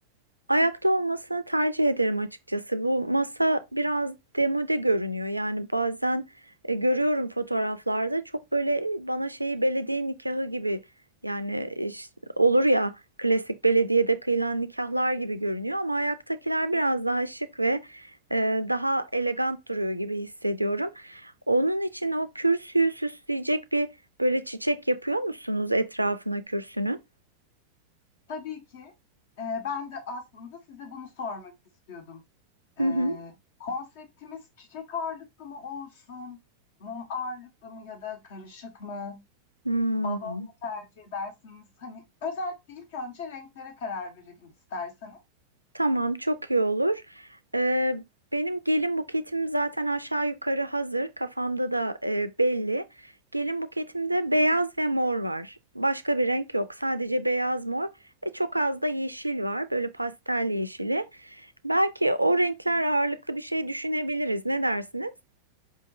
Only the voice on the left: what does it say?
Tabii ki e, ben de aslında size bunu sormak istiyordum. Ee,
konseptimiz çiçek ağırlıklı mı olsun, mum ağırlıklı mı ya da karışık mı,
balon mu tercih edersiniz? Hani özellikle ilk önce renklere karar verelim isterseniz.